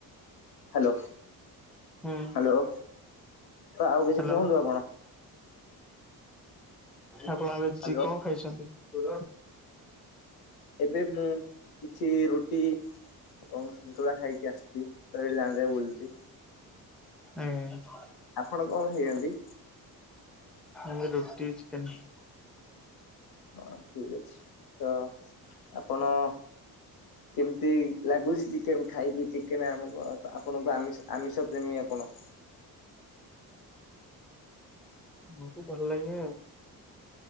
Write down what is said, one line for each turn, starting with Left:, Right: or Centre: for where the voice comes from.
Left: ହ୍ୟାଲୋ
Centre: ହୁଁ
Left: ହ୍ୟାଲୋ ତ ଆଉ କିଛି
Centre: ହ୍ୟାଲୋ।
Left: କୁହନ୍ତୁ ଆପଣ।
Centre: ଆପଣ ଆଉ କିଛି
Left: ହ୍ୟାଲୋ
Centre: ଚି କଣ ଖାଇଛନ୍ତି ହୁଁ
Left: ଏବେ ମୁଁ କିଛି ରୁଟି ଏବଂ ସନ୍ତୁଳା ଖାଇକି ଆସିଛି ତ ଏଠି ଦାଣ୍ଡରେ ବୁଲୁଚି।
Centre: ଆଜ୍ଞା।
Left: ଆପଣ କଣ ଖାଇଛନ୍ତି?
Centre: ମୁଁ ରୁଟି ଚିକେନ।
Left: ହଁ ଠିକ ଅଛି ତ ଆପଣ କେମିତି ଲାଗୁଛି ଚିକେନ୍ ଖାଇକି ଚିକେନ ଆମକୁ ଆପଣ ଆମୀ ଆପଣ ଆମିଷ ପ୍ରେମୀ ଆପଣ।
Centre: ମୋକୁ ଭଲ ଲାଗେ ଆଉ।